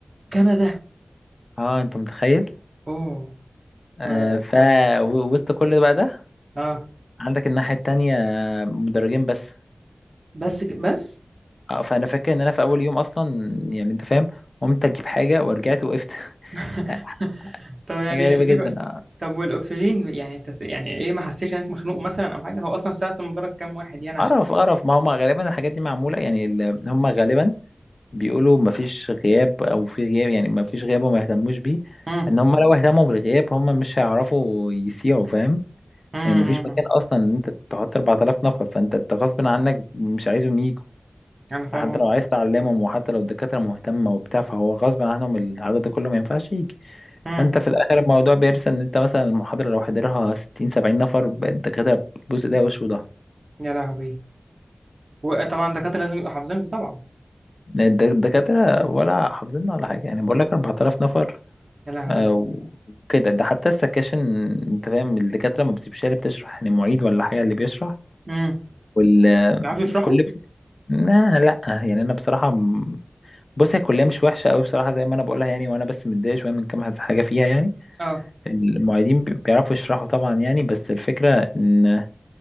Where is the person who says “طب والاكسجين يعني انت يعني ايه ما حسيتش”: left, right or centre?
Right